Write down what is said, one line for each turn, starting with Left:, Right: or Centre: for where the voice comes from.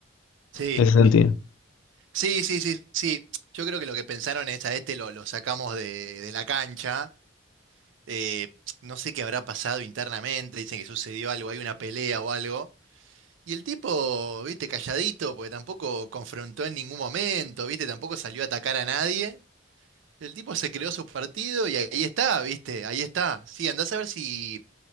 Right: Sí.
Left: en ese sentido.
Right: Sí, sí, sí, sí. Yo creo que lo que pensaron es a este lo, lo sacamos de, de la cancha. eh, no sé qué habrá pasado internamente. Dicen que sucedió algo, hay una pelea o algo. Y el tipo, viste, calladito, porque tampoco confrontó en ningún momento, viste, tampoco salió a atacar a nadie. El tipo se creó su partido y ahí está, viste, ahí está. Sí, andás a ver si.